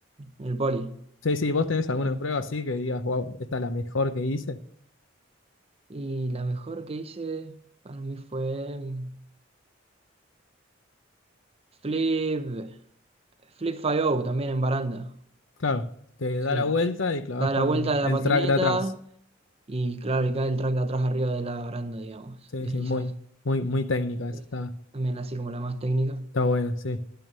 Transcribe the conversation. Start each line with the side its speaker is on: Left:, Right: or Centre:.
Right: En el poli.
Left: Sí, sí, vos tenés alguna
Right: Ah.
Left: prueba así que digas, wow, esta es la mejor que hice.
Right: Y la mejor que hice para mí fue mm, Flip, Flip 5 también en baranda.
Left: Claro, te
Right: Sí.
Left: da la vuelta y clavas
Right: Da
Left: con
Right: la vuelta de
Left: el
Right: la patineta
Left: track de atrás.
Right: y claro, y cae el track de atrás arriba de la baranda, digamos.
Left: Sí,
Right: Deslizás.
Left: sí, muy, muy, muy técnica esa,
Right: Eh,
Left: está,
Right: también así como la más técnica.
Left: está buena, sí.